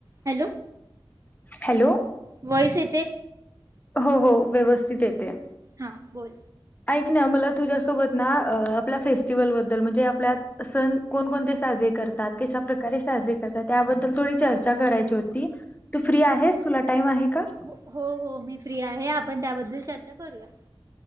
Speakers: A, on the right; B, on the left.
A: Hello
B: hello
A: voice येतय
B: हो हो व्यवस्थित येतेय.
A: हा बोल
B: ऐक ना मला तुझ्यासोबत ना आपल्या फेस्टिवलबद्दल म्हणजे आपल्या सण कोणकोणते साजरे करतात, कशा प्रकारे साजरे करतात? त्याबद्दल थोडी चर्चा करायची होती. तू फ्री आहेस, तुला टाईम आहे? का
A: हो हो मी फ्री आहे आपण त्याबद्दल चर्चा करूया.